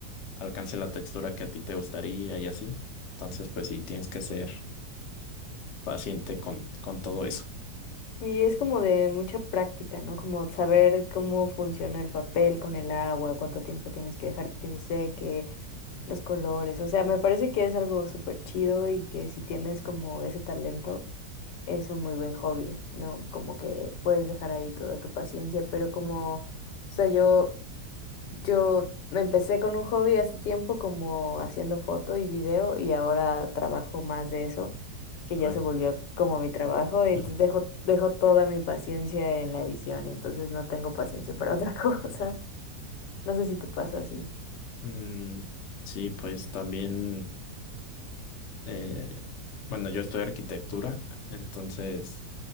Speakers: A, on the left; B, on the left.
A: alcance la textura que a ti te gustaría y así. Entonces pues sí, tienes que ser paciente con, con todo eso.
B: Y es como de mucha práctica, ¿no? Como saber cómo funciona el papel con el agua, cuánto tiempo tienes que dejar que se seque, los colores. O sea, me parece que es algo súper chido y que si tienes como ese talento, es un muy buen hobby, ¿no? Como que puedes dejar ahí toda tu paciencia, pero como, o sea, yo yo me empecé con un hobby hace tiempo como haciendo foto y video y ahora trabajo más de eso, que
A: Ay.
B: ya se volvió como mi trabajo, entonces
A: <laughs>
B: dejo, dejo toda mi paciencia en la edición, entonces no tengo paciencia para otra <laughs> cosa. No sé si te pasa así.
A: Mm, sí, pues también. Eh, bueno, yo estudio arquitectura, entonces